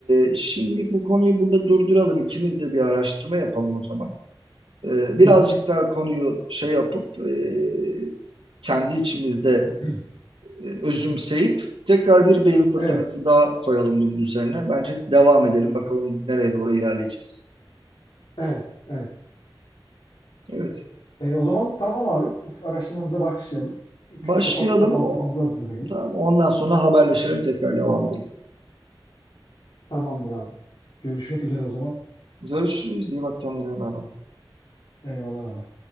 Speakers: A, on the right (about 80°); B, on the left (about 60°).
A: e, şimdilik bu konuyu burada durduralım. İkimiz de bir araştırma yapalım o zaman. E, birazcık
B: Hı hı.
A: daha konuyu şey yapıp e, kendi içimizde
B: <clears throat>
A: e, özümseyip tekrar bir beyin fırtınası
B: Evet,
A: daha koyalım bunun üzerine. Bence devam edelim bakalım nereye doğru ilerleyeceğiz.
B: evet, evet.
A: Evet
B: E, o zaman tamam abi. Araştırmamıza başlayalım.
A: başlayalım.
B: Küçük ufak ufak altyapımızı
A: O-
B: hazırlayalım.
A: Tamam, ondan sonra haberleşelim tekrar devam edelim.
B: Tamamdır abi. Görüşmek üzere o zaman.
A: Görüşürüz. İyi bak kendine. Bay bay.
B: Eyvallah baba.